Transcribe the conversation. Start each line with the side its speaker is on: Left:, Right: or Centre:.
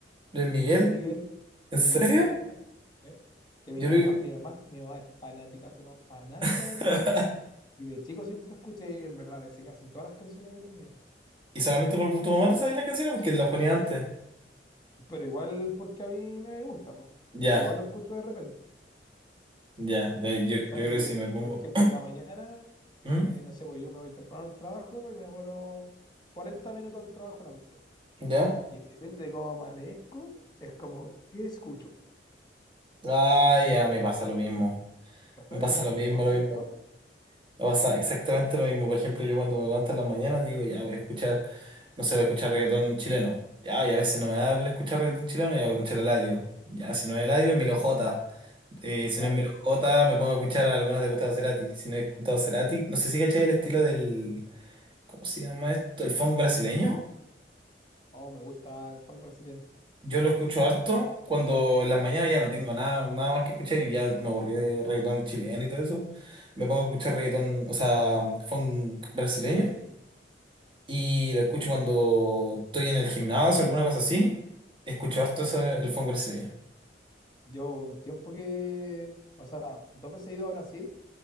Right: ¿Luis Miguel?
Left: Luis Miguel,
Right: ¿En
Left: Luis
Right: serio?
Left: Miguel me gusta. ¿eh? Que mi
Right: Yo
Left: mamá,
Right: lo...
Left: mi mamá, mi mamá es fanática, pero fanática
Right: <laughs>
Left: de Luis Miguel. Y de chico siempre escuché, y en verdad me sé casi todas las canciones de Luis Miguel.
Right: Y solamente por tu mamá te sabías las canciones porque las ponía antes.
Left: Pero igual porque a mí me gusta, po, porque
Right: Ya.
Left: igual lo escucho de repente.
Right: Ya, de- yo,
Left: Hasta
Right: yo creo
Left: que
Right: que
Left: yo, por,
Right: si
Left: ej-
Right: me pongo.
Left: por ejemplo, en la mañana, eh,
Right: ¿Mm?
Left: no sé, pues yo me voy temprano al trabajo y me demoro 40 minutos al trabajo en auto.
Right: ¿Ya?
Left: Y depende de cómo amanezco, es como, ¿qué escucho?
Right: Ah, ya, me pasa lo mismo.
Left: ¿Cachai,
Right: Me pasa
Left: no?
Right: lo mismo,
Left: ¿No es
Right: lo
Left: cierto?
Right: mismo. Me pasa exactamente lo mismo. Por ejemplo, yo cuando me levanto en la mañana digo, ya voy a escuchar, no sé, voy a escuchar reggaetón chileno. Ya, y a veces no me da por escuchar reggaetón chileno, ya voy a escuchar Eladio. Ya, si no es Eladio, es Milo
Left: Eso.
Right: J. Eh, si
Left: Claro.
Right: no es Milo J, me pongo a escuchar algunas de Gustavo Cerati. Si no es Gustavo Cerati, no sé si cachai el estilo del. ¿Cómo se llama esto? ¿El funk brasileño?
Left: Oh, me gusta el funk brasileño.
Right: Yo lo escucho harto cuando en las mañanas ya no tengo nada, nada más que escuchar y ya me aburrí de reggaetón chileno y todo eso. Me pongo a escuchar reggaetón, o sea, funk brasileño
Left: como brasileño.
Right: y lo escucho cuando estoy en el gimnasio o alguna cosa así. Escucho
Left: ¿Mm?
Right: harto eso, el funk brasileño.
Left: Yo un tiempo que, o sea, dos veces he ido a Brasil